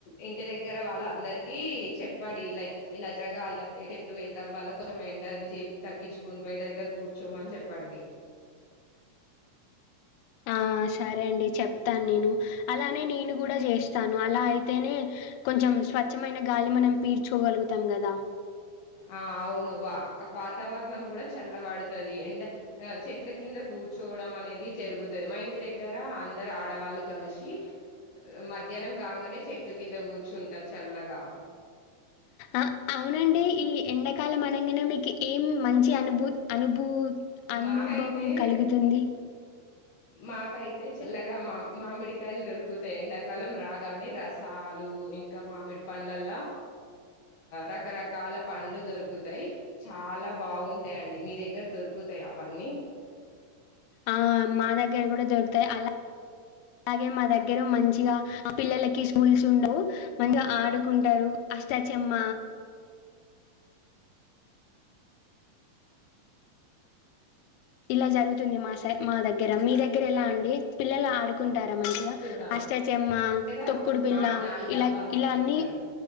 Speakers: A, on the left (about 60°); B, on the left (about 90°).
A: ఇంటి దగ్గర వాళ్ళ అందరికి చెప్పండి లైక్ ఇలా జగా చెట్లు పెంచడం వల్ల కొంచెం ఎండ నుంచి తగ్గించుకుంట ఇంటి దగ్గర కూర్చోమని చెప్పండి
B: ఆ సరే అండి చెప్తాను నేను అలానే నేను కూడా చేస్తాను అలా అయితేనే కొంచెం స్వచ్ఛమైన గాలి మనం పీడ్చకోగలుగుత్ తం గదా
A: ఆ అవును వ వాతావరణం గుడ చల్ల పడుతది అండ్ చెట్ల కింద కూర్చోవడం అనేది జరుగుతుది, మా ఇంటి దగ్గర అందరు ఆడవాళ్ళు కలిసి మధ్యాహ్నం కాంగనే చెట్టు కింద కూర్చుంటరు చల్లగా
B: అ అవునండి ఈ ఎండాకాలం అనంగానే మీకు ఏం మంచి అనుభూ అనుభూ అనుభవం
A: మాకైతే
B: కలుగుతుంది.
A: మాకైతే చల్లగా మామ్ మామిడికాయలు దొరుకుతయి ఎండాకాలం రాగానే రసాలు ఇంకా మామిడి పండ్లల్ల రకరకాల పండ్లు దొరుకుతయి, చాలా బాగుంటయండి మీ దగ్గర దొరుకుతయవన్నీ
B: ఆ మాదగ్ దగ్గ కూడా దరుగుతయి అలా గే మా దగ్గర మంచిగా పిల్లలకి స్కూల్స్ ఉండవు, మంచిగా ఆడుకుంటరు అష్టచమ్మ ఇలా జరుగుతుంది మాసై మా దగ్గర మీ దగ్గర ఎలా అండి? పిల్లలు ఆడుకుంట టార మంచిగా,
A: కూడా
B: అష్టాచమ్మ,
A: దగ్గర
B: తొక్కుడు బిల్ల,
A: ఆ నాలుగు
B: ఇలా
A: డబ్బాలు ఆడుకుంటారు
B: ఇలా అన్ని